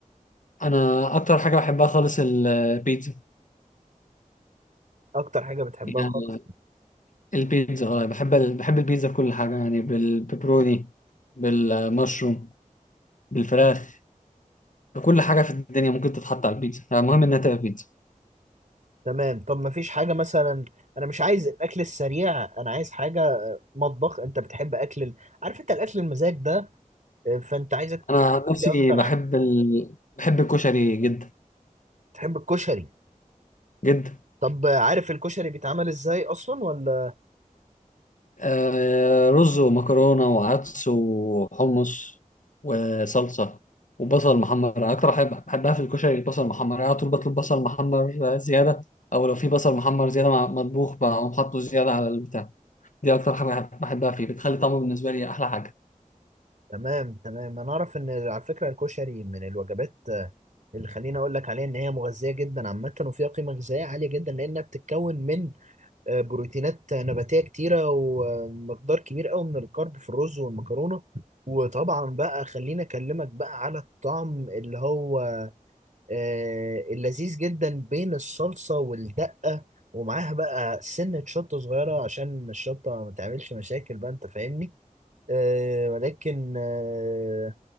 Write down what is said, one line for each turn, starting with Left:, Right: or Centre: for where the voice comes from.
Left: أنا أكتر حاجة بحبها خالص البيتزا
Right: أكتر حاجة بتحبها
Left: يعني
Right: خالص
Left: البيتزا اه بحب ال- بحب البيتزا بكل حاجة يعني بالبيبروني بالمشروم بالفراخ بكل حاجة في الدنيا ممكن تتحط على البيتزا يعني المهم إنها تبقى بيتزا
Right: تمام طب ما فيش حاجة مثلا أنا مش عايز الأكل السريع أنا عايز حاجة آه، مطبخ أنت بتحب أكل ال- عارف أنت الأكل المزاج ده آه، فأنت عايزك
Left: أنا عن نفسي
Right: تحكيلي أكتر
Left: بحب
Right: عن
Left: ال... بحب الكشري جدا
Right: تحب الكشري
Left: جدا
Right: طب آه، عارف الكشري بيتعمل إزاي أصلا ولا
Left: آه رز ومكرونة وعدس وحمص وصلصة وبصل محمر أكتر حاجة بحبها في الكشري البصل المحمر يعني على طول بطلب بصل محمر زيادة أو لو في بصل محمر زيادة مع مطبوخ بقوم حاطه زيادة على البتاع دي أكتر حاجة بحب- بحبها فيه بتخلي طعمه بالنسبة لي أحلى حاجة
Right: تمام تمام أنا أعرف إن على فكرة الكشري من الوجبات آه، اللي خليني أقول لك عليها إن هي مغذية جدا عامة وفيها قيمة غذائية عالية جدا لأنها بتتكون من آه، بروتينات نباتية كتيرة ومقدار كبير قوي من الكارب في الرز والمكرونة وطبعا بقى خليني أكلمك بقى على الطعم اللي هو آه، اللذيذ جدا بين الصلصة والدقة ومعاها بقى سنة شطة صغيرة عشان الشطة ما تعملش مشاكل بقى أنت فاهمني آه، ولكن آه،